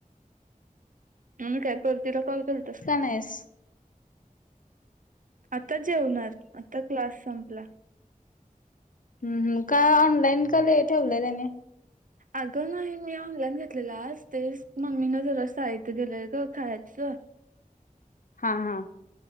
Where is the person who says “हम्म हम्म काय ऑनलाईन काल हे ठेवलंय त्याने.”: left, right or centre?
Left